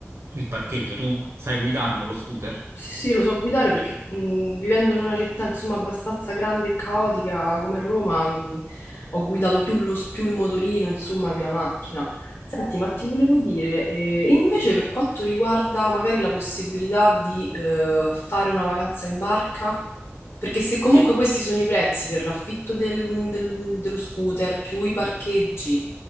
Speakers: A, on the right; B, on the left.
A: il parcheggio. Tu sai guidarlo lo scooter?
B: Sì, sì, lo so guidare perché mh, vivendo in una città insomma abbastanza grande e caotica come Roma, mh, ho guidato più, lo- s- più il motorino insomma che la macchina. Senti, ma ti volevo dire, eh, invece per quanto riguarda magari la possibilità di eh, fare una vacanza in barca, perché se comunque
A: E...
B: questi sono i prezzi per l'affitto del- del- dello scooter più i parcheggi,